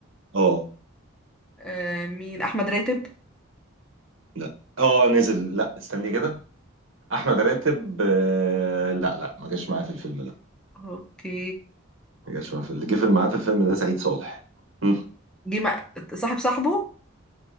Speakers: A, on the right (about 70°); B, in the centre.
A: اه
B: آه، مين احمد راتب
A: لا اه نزل لا استني كده احمد راتب آه، لا لا ما جاش معايا في الفيلم ده
B: اوكي
A: ما جاش معايا في اللي جه في معاه في الفيلم ده سعيد صالح مم.
B: جه مع صاحب صاحبه